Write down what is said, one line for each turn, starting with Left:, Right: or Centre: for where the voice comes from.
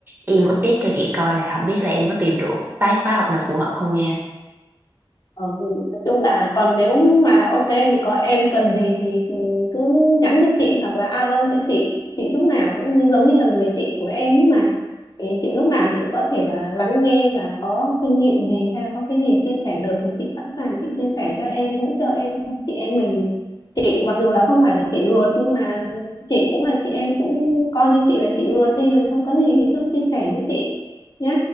Right: em update cho chị coi là không biết là em có tìm được cái khóa học nào phù hợp không nha
Left: Ờ, thì nói chung là còn nếu mà ok thì có em cần gì thì cứ nhắn cho chị hoặc là alo cho chị chị lúc nào cũng như giống như là người chị của em ấy mà thì chị lúc nào chị cũng có thể là lắng nghe và có kinh nghiệm gì hay là có cái gì chia sẻ được thì chị sẵn sàng chị chia sẻ cho em hỗ trợ em chị em mình chị mặc dù là không phải là chị ruột nhưng mà chị cũng là chị em cũng coi như chị là chị ruột đi rồi xong có gì thì cứ chia sẻ với chị nhá